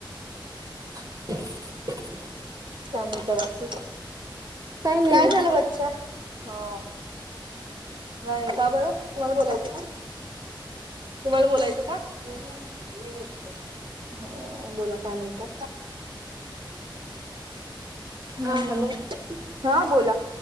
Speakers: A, on the right (about 45°); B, on the right (about 70°).
A: <unintelligible>
B: काय म्हणता बाकी,
A: नाही
B: काय
A: ग
B: झालं बच्चा. हां.. नाही का बरं, तुम्हाला बोलायचं काय. तुम्हाला बोलायचं का. नाही नाही हम्म. बोला काय म्हणता. हम्म
A: हा हॅलो
B: हा बोला.